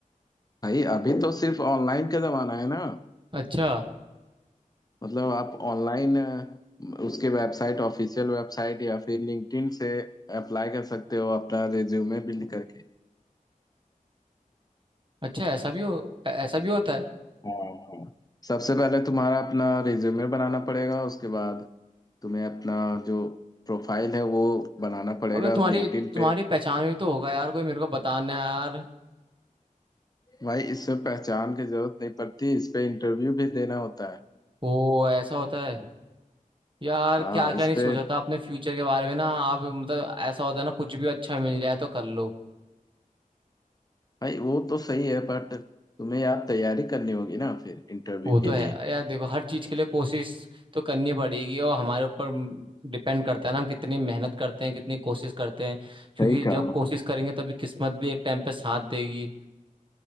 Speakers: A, on the left (about 25°); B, on the right (about 35°).
A: भाई अभी तो सिर्फ ऑनलाइन का जमाना है ना
B: अच्छा
A: मतलब आप ऑनलाइन उसके वेबसाइट ऑफिशियल वेबसाइट या फिर लिंक्डइन से अप्लाई कर सकते हो अपना रिज्यूमे बिल्ड करके
B: अच्छा ऐसा भी हो ऐ- ऐसा भी होता है
A: हाँ हाँ सबसे पहले तुम्हारा अपना रिज्यूमे बनाना पड़ेगा उसके बाद तुम्हें अपना जो प्रोफाइल है वो बनाना पड़ेगा
B: अबे तुम्हारी
A: लिंक्डइन
B: तुम्हारी
A: पे
B: पहचान में भी तो होगा यार कोई मेरे को बताना है यार
A: भाई इसमें पहचान की जरूरत नहीं पड़ती इस पे इंटरव्यू भी देना होता है
B: ओ ऐसा होता है यार
A: हाँ
B: क्या क्या
A: इस
B: नहीं सोचा
A: पे
B: था अपने फ्यूचर के बारे में ना आप मतलब ऐसा होता है ना कुछ भी अच्छा मिल जाए तो कर लो
A: भाई वो तो सही है बट तुम्हें यार तैयारी करनी होगी ना फिर इंटरव्यू
B: वो तो
A: के
B: है
A: लिए
B: यार देखो हर चीज के लिए कोशिश तो करनी पड़ेगी और हमारे ऊपर डिपेंड करता है ना हम कितनी मेहनत करते हैं कितनी कोशिश करते हैं क्योंकि
A: सही
B: जब
A: कहा
B: कोशिश करेंगे तभी किस्मत भी एक टाइम पे साथ देगी